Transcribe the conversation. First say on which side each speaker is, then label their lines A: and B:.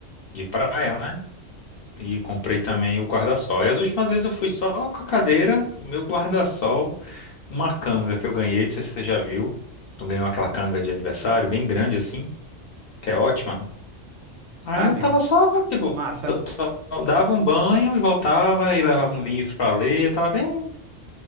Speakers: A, on the left; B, on the right.
A: de praia, né? E comprei também o guarda-sol. E as últimas vezes eu fui só com a cadeira, meu guarda-sol, uma canga que eu ganhei, não sei se você já viu. Eu ganhei aquela canga de aniversário, bem grande assim, que é ótima. Aí
B: Ah, amigo,
A: eu tava só, tipo,
B: massa.
A: do- só dava um banho e voltava e levava um livro pra ler. Eu tava bem,